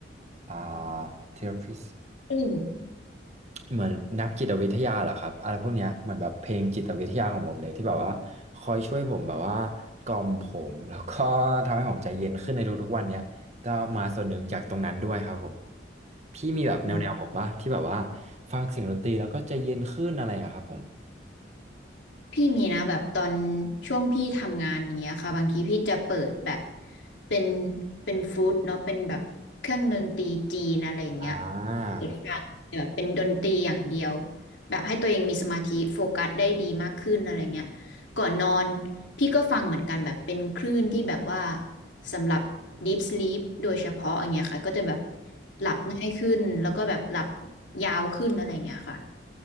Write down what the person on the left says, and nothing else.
ตื่น
อืม
พี่มีนะแบบตอนช่วงพี่ทำงานอย่างเงี้ยค่ะบางทีพี่จะเปิดแบบเป็นเป็นฟู้ดเนาะเป็นแบบเครื่องดนตรีจีนอะไรอย่างเงี้ย
เปิดฟังแบบเป็นดนตรีอย่างเดียวแบบให้ตัวเองมีสมาธิโฟกัสได้ดีมากขึ้นอะไรเงี้ยก่อนนอนพี่ก็ฟังเหมือนกันแบบเป็นคลื่นที่แบบว่าสำหรับ deep sleep โดยเฉพาะอย่างเงี้ยค่ะก็จะแบบหลับง่ายขึ้นแล้วก็แบบหลับยาวขึ้นอะไรอย่างเงี้ยค่ะ